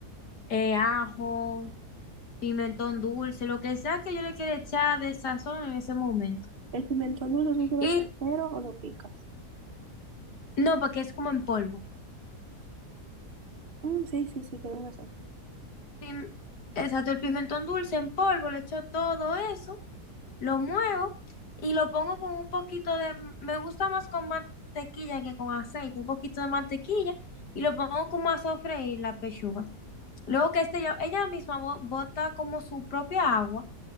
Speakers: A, on the left; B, on the right.
A: eh, ajo. pimentón dulce, lo que sea que yo le quiera echar de sazón en ese momento.
B: ¿El pimentón dulce es un dulce
A: Y
B: entero o lo picas?
A: no, porque es como en polvo.
B: Mm, sí, sí, sí, tienes razón.
A: Pim- Exacto, el pimentón dulce en polvo, le echo todo eso, lo muevo y lo pongo con un poquito de, me gusta más con mantequilla que con aceite, un poquito de mantequilla y lo pongo como a sofreír la pechuga. Luego que este, ya- ella misma bo- bota como su propia agua